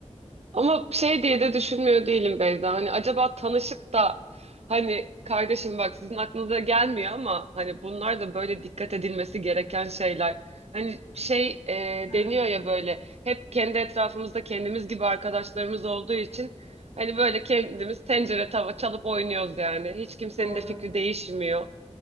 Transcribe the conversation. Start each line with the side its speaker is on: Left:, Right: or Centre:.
Right: Ama şey diye de düşünmüyor değilim Beyza. Hani acaba tanışıp da hani kardeşim bak sizin aklınıza gelmiyor ama hani bunlar da böyle dikkat edilmesi gereken şeyler. Hani şey e,
Left: Ha,
Right: deniyor ya
Left: ha.
Right: böyle hep kendi etrafımızda kendimiz gibi arkadaşlarımız olduğu için hani böyle kendimiz tencere tava çalıp oynuyoruz yani. Hiç kimsenin
Left: Doğru,
Right: de fikri değişmiyor.